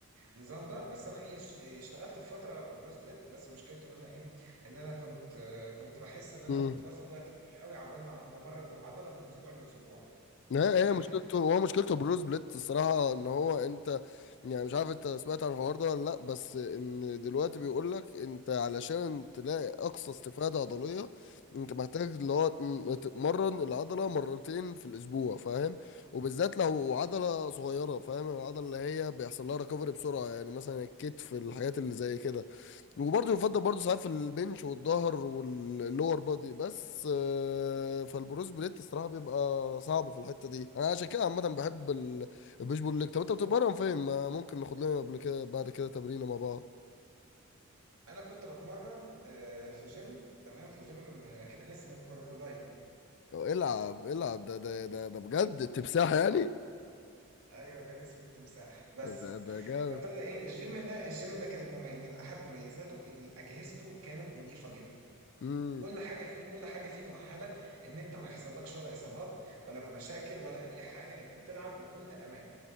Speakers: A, on the right (about 80°); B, on the left (about 55°).
A: النظام ده بس انا ايه اشت- اشتغلت في فتره برو سبليت بس مشكلته ان انا ايه ان انا كنت كنت بحس ان انا
B: امم
A: كنت باخد وقت كبير قوي عبال ما ما امرن العضله من اسبوع لاسبوع
B: لا
A: فاهمني
B: هي مشكلته هو مشكلته بروس بليت الصراحة ان هو انت يعني مش عارف انت سمعت عن الحوار ده ولا لا بس ان دلوقتي بيقول لك انت علشان تلاقي اقصى استفادة عضلية انت محتاج اللي هو تم- تتمرن العضلة مرتين في الاسبوع فاهم وبالذات لو عضلة صغيرة فاهم العضلة اللي هي بيحصل لها ريكفري بسرعة يعني مثلا الكتف الحاجات اللي زي كده وبرضه يفضل برضه ساعات في البنش والظهر واللور بادي بس آه، فالبروس بليت الصراحه بيبقى صعب في الحته دي انا عشان كده عامه بحب ال- البوش بول ليج طب انت بتتمرن فين ما ممكن ناخد لنا قبل كده بعد كده تمرينه مع بعض
A: انا كنت بتمرن آه، في جيم تمام في جيم آه، كان اسمه الكروكودايل
B: أو العب العب ده ده ده, ده بجد تمساح يعني
A: ايوه كان اسمه التمساح بس
B: ده ده جامد
A: فابتدى ايه الجيم ده الجيم ده كانت ممي... من احد مميزاته ان اجهزته كانت نظيفه جدا
B: امم
A: كل حاجه فيه كل حاجه فيه مؤهله ان انت ما يحصلكش ولا اصابات ولا مشاكل ولا اي حاجه انت بتلعب بكل امان